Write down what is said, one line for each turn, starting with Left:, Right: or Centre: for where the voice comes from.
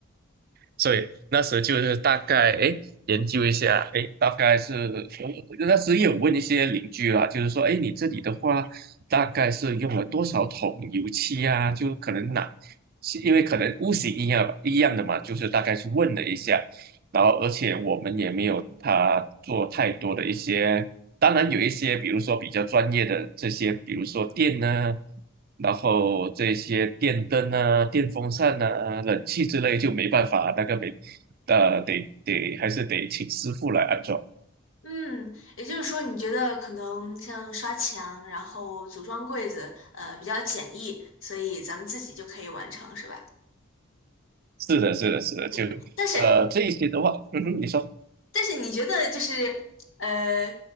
Right: 所以那时候就是大概哎研究一下，哎大概是呃那时也有问一些邻居啦，就是说哎你这里的话大概是用了多少桶油漆啊？就可能哪，是因为可能屋型一样一样的嘛，就是大概去问了一下，然后而且我们也没有他做太多的一些，当然有一些，比如说比较专业的这些，比如说电呢、然后这些电灯啊、电风扇啊、冷气之类就没办法，那个没，呃，得得还是得请师傅来安装。
Left: 嗯，也就是说你觉得可能像刷墙，然后组装柜子，呃，比较简易，所以咱们自己就可以完成是吧？
Right: 是的，是的，是的，
Left: 对，
Right: 就
Left: 但是。
Right: 呃这一些的话，嗯哼，你说，
Left: 但是你觉得就是呃，